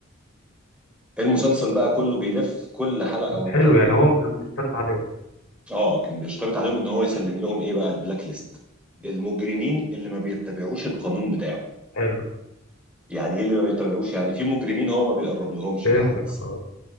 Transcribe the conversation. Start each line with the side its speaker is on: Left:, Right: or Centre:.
Centre: المسلسل بقى كله بيلف كل حلقة
Left: طب
Centre: والتانية
Left: حلو يعني هو كان بيشترط عليهم
Centre: آه كان بيشترط عليهم إن هو يسلم لهم إيه بقى البلاك ليست المجرمين اللي ما بيتبعوش القانون بتاعه
Left: حلو
Centre: يعني ايه اللي ما بيتابعوش يعني في مجرمين هو ما بيقرب لهمش
Left: فهمتك
Centre: بالعكس
Left: اه